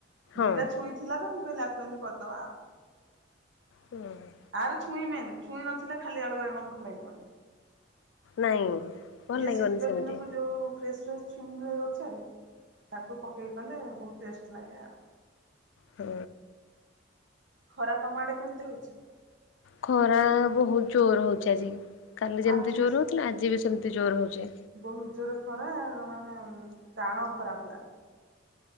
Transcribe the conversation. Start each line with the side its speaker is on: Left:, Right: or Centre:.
Left: ହଁ।
Right: ଦିଟା ଛୁଇଁ ଥିଲା ତ ମୁଁ କହିଲ ୟାକୁ ଏମ୍ତି କରିଦବା ଆଉ।
Left: ହୁଁ।
Right: ଆର ଛୁଇଁ ମେନେ, ଛୁଇଁ ନଥିଲେ ଖାଲି ଆଳୁ ବାଇଗଣ ଭଲ ଲାଗିବନି।
Left: ନାଇଁ। ଭଲ
Right: ଇଏ
Left: ଲାଗିବନି
Right: ଶୀତ
Left: ସେମିତି
Right: ଦିନକୁ ଯୋଉ ଫ୍ରେଶ୍-ଫ୍ରଶ୍ ଛୁଇଁ <unintelligible> ଗଛରେ ତାକୁ ପକେଇ କଲେ ବହୁତ୍ ଟେଷ୍ଟ ଲାଗେ ଆଉ।
Left: ହଁ।
Right: ଖରା ତମ ଆଡେ କେମ୍ତି ହଉଛି?
Left: ଖରା ବହୁତ୍ ଜୋର୍ ହଉଚି ଆଜି, କାଲି ଯେମ୍ତି
Right: ଆଜି
Left: ଜୋର୍ ହଉଥିଲା ଆଜି ବି ସେମ୍ତି ଜୋର୍ ହଉଚି।
Right: ବହୁତ୍ ଜୋରେ ଖରା ମାନେ ଟାଣ ଖରା ପୁରା।